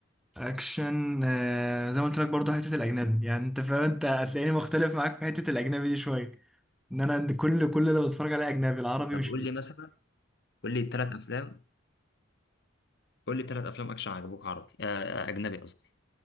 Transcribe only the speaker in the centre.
اكشن آه زي ما قلت لك برضه حتة الاجنبي يعني انت فاهم انت هتلاقيني مختلف معاك في حتة الاجنبي دي شوية ان انا عند كل كل اللي بتفرج عليه اجنبي العربي
مش
كده